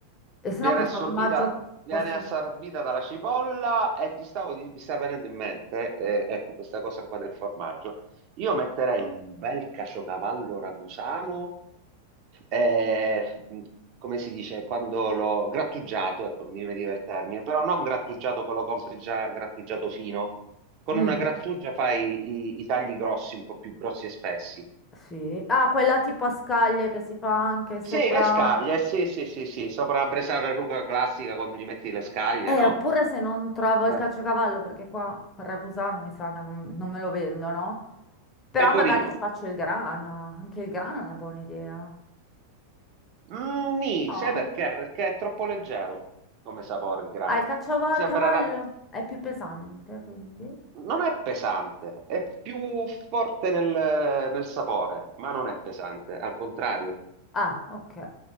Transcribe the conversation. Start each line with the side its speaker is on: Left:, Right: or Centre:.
Left: e se
Right: Viene
Left: no che
Right: assorbita,
Left: formaggio
Right: viene
Left: posso...
Right: assorbita dalla cipolla e ti stavo, di- mi sta venendo in mente, eh, ecco, questa cosa qua del formaggio. Io metterei un bel caciocavallo ragusano eh, come si dice, quando l'ho grattugiato, ecco, non mi veniva il termine, però non grattugiato che lo compri già grattugiato fino, con
Left: Mm,
Right: una grattugia fai i, i tagli grossi, un po' più grossi e spessi.
Left: sì. Ah, quella tipo a scaglie che si fa anche
Right: Sì,
Left: sopra...
Right: le scaglie, sì, sì, sì, sì, sopra la bresaola e rucola classica quando gli metti le scaglie,
Left: Eh,
Right: no?
Left: oppure se non trovo il
Right: Eh.
Left: caciocavallo, perché qua a Ragusano mi sa che non, non me lo vendono, però
Right: Pecorino.
Left: magari ci faccio il grana, anche il grana è una buona idea.
Right: Mm, nì,
Left: No?
Right: sai perché? Perché è troppo leggero come sapore il grana.
Left: Ah, il cacciava-
Right: Ti sembrerà,
Left: a cavallo è più pesante, quindi.
Right: non è pesante, è più forte nel, nel sapore, ma non è pesante, al contrario.
Left: Ah, ok.